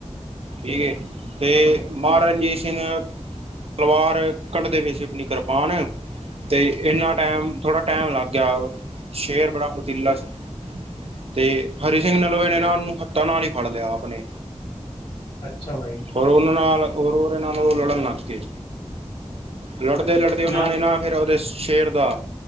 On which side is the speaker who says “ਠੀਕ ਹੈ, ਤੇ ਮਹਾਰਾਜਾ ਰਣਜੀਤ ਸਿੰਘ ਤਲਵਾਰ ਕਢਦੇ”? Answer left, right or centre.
Right